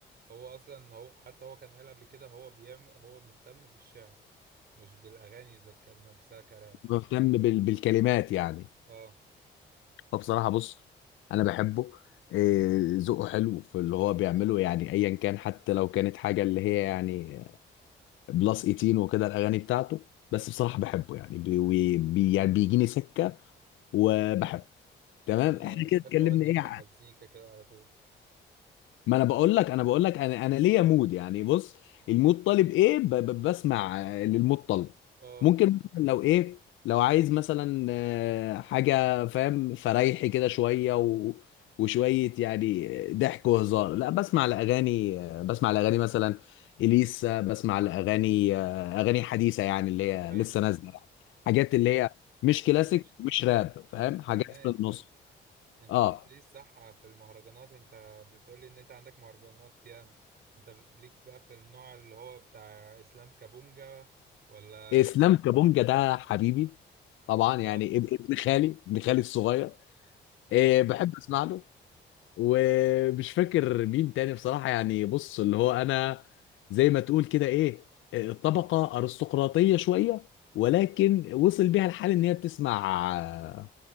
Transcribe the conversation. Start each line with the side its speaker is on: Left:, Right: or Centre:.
Right: هو اصلا هو حتى هو كان قال قبل كده هو بيعمل هو مهتم بالشعر مش بالاغاني اذا كان نفسها كراب
Left: مهتم بال- بالكلمات يعني
Right: اه
Left: فبصراحة بص أنا بحبه إيه، ذوقه حلو في اللي هو بيعمله يعني أيا كان حتى لو كانت حاجة اللي هي يعني بلس 18 وكده الأغاني بتاعته بس بصراحة بحبه يعني بي بي- يعني بيجيني سكة وبحبه تمام
Right: يا عم انا
Left: احنا
Right: بحب
Left: كده اتكلمنا
Right: اودي
Left: ايه
Right: مع المزيكا كده على طول
Left: ما انا بقول لك انا بقول لك انا انا ليا مود يعني بص المود طالب ايه ب- ب- بسمع آه، للمود طالب
Right: اه
Left: ممكن مثلا لو ايه لو عايز مثلا آه، حاجه فاهم فريحي كده شويه و... وشويه يعني ضحك وهزار لا بسمع لاغاني آه، بسمع لاغاني مثلا اليسا بسمع لاغاني آه، اغاني حديثه يعني اللي هي
Right: ايوه
Left: لسه نازله يعني.
Right: امم
Left: حاجات اللي هي مش
Right: ما قلتليش
Left: كلاسيك مش راب فاهم
Right: طب استناك
Left: حاجات في النص
Right: طيب انت
Left: اه
Right: ما قلتليش صح في المهرجانات انت بتقولي ان انت عندك مهرجانات ياما انت ب- ليك بقى في النوع اللي هو بتاع اسلام كابونجا ولا
Left: اسلام
Right: ليك-
Left: كابونجا ده حبيبي طبعا يعني
Right: اه
Left: اب- ابن خالي ابن خالي الصغير
Right: اه
Left: إيه بحب اسمع له ومش فاكر مين تاني بصراحه يعني بص اللي هو انا زي ما تقول كده ايه إيه، طبقه ارستقراطيه شويه ولكن وصل بيها الحال ان هي بتسمع